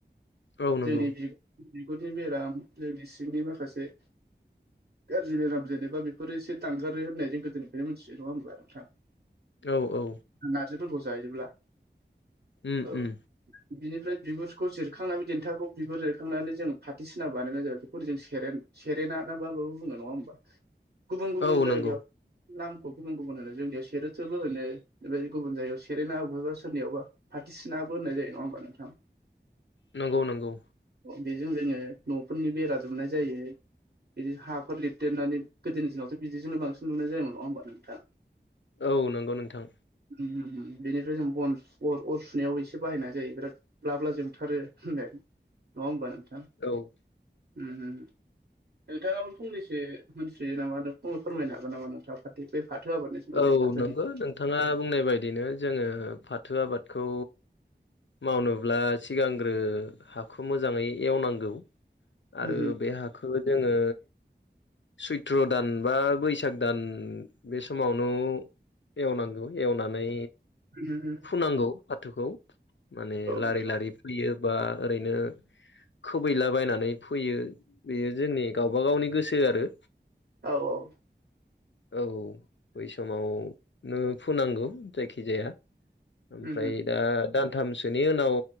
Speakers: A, on the left; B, on the right.
A: औ नंगौ
B: जोंनि बिगुरनि बेराम जोंनि सिंनि माखासे गाज्रि बेराम जों जेनेबा बेफोर एसे दांगारो होननायजों गोदोनिफ्रायनो मिथियो नङा होमब्ला नोंथां
A: औ-औ
B: नारजिफोरखौ जायोब्ला
A: उम
B: औ
A: उम
B: बिनिफ्राय बिगुरखौ जिरखांनानै देन्थाखौ बिगुर जिरखांनानै जों फाथसिना बानायनाय जाबाय बेखौनो जों सेरेन सेरेना ना मा माबो बुङो नङा होमबा गुबुन गुबुन
A: औ
B: जायगायाव
A: नंगौ
B: नामखौ गुबुन गुबुन होनो जोंनियाव सेरोथोबो होनो बेबायदि गुबुन जायगायाव सेरेना बबहायबा सोरनियावबा फथिसिनाबो होननाय जायो नङा होमबा नोंथां।
A: नंगौ नंगौ।
B: बेजों जोङो न'फोरनि बेरा जोबनाय जायो बिदि हाफोर लिरदेरनानै गोदो दिनावथ' बिदिजोंनो बांसिन मोननाय जामोन नङा होमबा नोंथां।
A: औ नंगौ नोंथां।
B: उम-उम-उम बेनिफ्राय जों बन अर सुनायाव एसे बाहायनाय जायो बिराद। ब्ला ब्ला जोबथारो होनदो नङा होमबा नोंथां।
A: उम
B: उम-उम नोंथाङाबो फंनैसो मोन सुयो नामा नों फोरमायनो हागोन नामा नोंथां खाथि बै फाथो आबादनि सोमोन्दै
A: औ
B: फाथोनि
A: नंगौ नोंथाङा बुंनाय बायदिनो जोङो फाथो आबादखौ मावनोब्ला सिगांग्रो हाखौ मोजाङै एवनांगौ आरो
B: उम
A: बे हा खौ जोंङो सैत्र' दान बा बैसाग दान बे समावनो एवनांगौ एवनानै
B: उम-उम-उम
A: नांगौ फाथोखौ माने लारि
B: नोंथां
A: लारि फोयोबा ओरैनो खोबैलाबायनानै फैयो बेयो जोंनि गावबा गावनि गोसो आरो।
B: औ-औ
A: औ बै समावनो फुनांगौ जायखिजाया ओमफ्राय
B: उम
A: दा दान थामसोनि उनाव